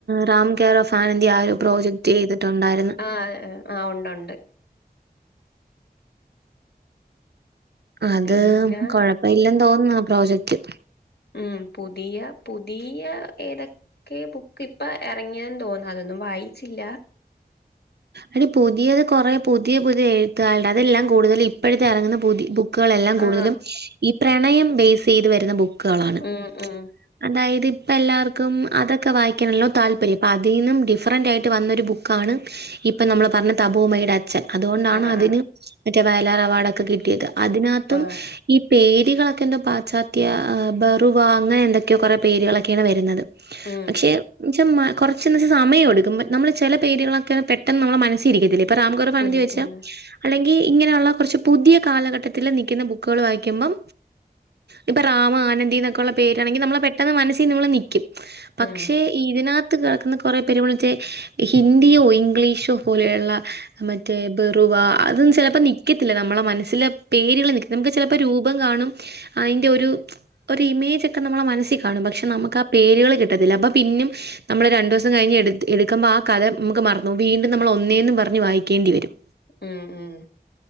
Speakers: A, on the right; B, on the left.
A: റാം കേറോഫാനന്തി ആരോ പ്രോജക്ട് ചെയ്തിട്ടുണ്ടായിര്ന്ന്.
B: ആഹ് ആ ഉണ്ട് ഉണ്ട്.
A: അത്
B: പിന്നെ
A: കൊഴപ്പ ഇല്ലെന്ന് തോന്ന്ന്ന് പ്രോജക്റ്റ്.
B: ഉം പുതിയ പുതിയ ഏതൊ. ക്കെ ബുക്ക് ഇപ്പ എറങ്ങിയന്ന് തോന്ന്ന്നു അതൊന്നും വായിച്ചില്ല.
A: എടീ പുതിയത് കൊറേ പുതിയ പുതിയ എഴുത്തുകാര്‌ടെ അതെല്ലാം കൂടുതൽ ഇപ്പോഴത്തെ എറങ്ങുന്ന പുതിയ ബു. ക്കുകളെല്ലാം കൂടുതലും
B: ആ
A: ഈ പ്രണയം ബേയ്സ് ചെയ്ത് വരുന്ന ബുക്കുകളാണ്.
B: ഉം ഉം
A: അതായത് ഇപ്പം എല്ലാവർക്കും അതൊക്കെ വായിക്കണല്ലോ താല്പര്യം അപ്പം അതിൽ നിന്നും ഡിഫറൻറ് ആയിട്ട് വന്നൊരു ബുക്കാണ്. ഇപ്പം നമ്മള് പറഞ്ഞ തബൂമ്മയുടെ അച്ഛൻ അതുകൊണ്ടാണ്
B: ആ
A: അതിന്
B: ആ
A: മറ്റേ വയലാർ അവാർഡൊക്കെ കിട്ടിയത്. അതിനകത്തും
B: ആ
A: ഈ പേര്കളൊക്കെ എന്തോ പാശ്ചാ. ത്യ ബറുവാങ്ങ എന്തൊക്കെയോ കുറെേ പേരുകളൊക്കെയാണ് വരുന്നത്.
B: ഉം
A: പക്ഷേ ക്ഷേ കൊറച്ച് ന്ന്‌വെച്ചാ സമയെടുക്കും നമ്മള് ചെല പേരുകളൊക്കെ പെട്ടെന്ന് നമ്മള മനസ്സിലിരിക്കത്തില്ലെ പ്പം റാം കെയർ. ആ നന്തി
B: ഉം
A: വായിച്ചാ
B: ഉം
A: അല്ലെങ്കി ഇങ്ങനെയുള്ള കൊറച്ച് പുതിയ കാലഘട്ടത്തിൽ നിൽക്കുന്ന ബുക്കുകൾ വായിക്കുമ്പം. ഇപ്പൊ റാം ആനന്ദി എന്നൊക്കെ ഉള്ള പേരാണെങ്കിൽ നമ്മളെ പെട്ടെന്ന് മനസ്സി നമ്മൾ നിക്കും. പക്ഷെ
B: ഉം
A: ഇതിനകത്ത് കെടക്കുന്ന കൊറെ പേരു വിളിച്ചെ ഹിന്ദിയോ ഇ ഇംഗ്ലീഷോ പോലെയുള്ള. മറ്റേ ബെറുവ അതൊന്നും ചിലപ്പോ നിക്കത്തില്ല നമ്മളെ മനസ്സിലെ പേരുകൾ നിക്ക നമുക്ക് ചിലപ്പോ രൂപം കാണും. അയ്ന്റെ ഒരു ഒരു ഇമേജ് ഒക്കെ നമ്മളെ മനസ്സിൽ കാണും പക്ഷെ നമുക്ക് ആ പേരുകൾ കിട്ടത്തില്ല. അപ്പ പിന്നും നമ്മള് രണ്ടൂസം കഴിഞ് എട് എടുക്കുമ്പ ആ കഥ നമുക്ക് മറ. ന്നു വീണ്ടും നമ്മൾ ഒന്നേന്ന് പറഞ് വായിക്കേണ്ടി വരും.
B: ഉം ഉം